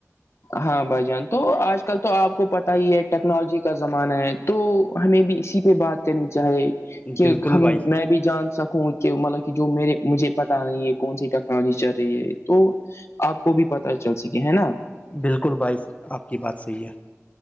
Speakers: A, on the left; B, on the left.
A: ہاں بھائی جان تو آج کل تو آپ کو پتا ہی ہے ٹیکنالوجی کا زمانہ ہے تو ہمیں بھی اسی پہ بات کرنی چاہیے
B: نے
A: کہ
B: بالکل
A: ہم
B: بھائی
A: میں بھی جان سکوں کہ مطلب کہ جو میرے مجھے پتا نہیں ہے کون سی ٹیکنالوجی چل رہی ہے تو آپ کو بھی پتا چل سکے ہے نا
B: بالکل بھائی آپ کی بات صحیح ہے